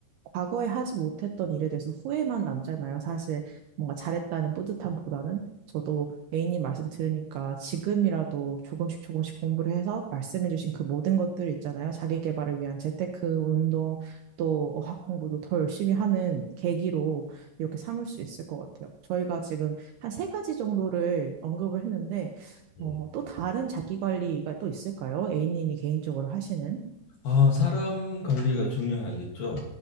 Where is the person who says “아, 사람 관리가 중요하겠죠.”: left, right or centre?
Left